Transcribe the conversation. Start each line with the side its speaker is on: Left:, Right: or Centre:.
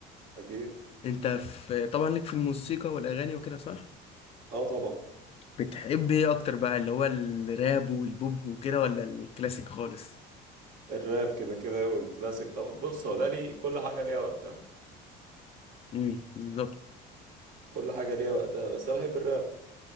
Right: اكيد
Left: انت في طبعا ليك في الموسيقى والاغاني وكده صح
Right: اه طبعا
Left: بتحب ايه اكتر بقى اللي هو الراب والبوب وكده ولا الكلاسيك خالص
Right: الراب كده كده والكلاسيك طبعا بص هو ده لي كل حاجه ليها وقتها
Left: امم بالظبط
Right: كل حاجه ليها وقتها بس انا بحب الراب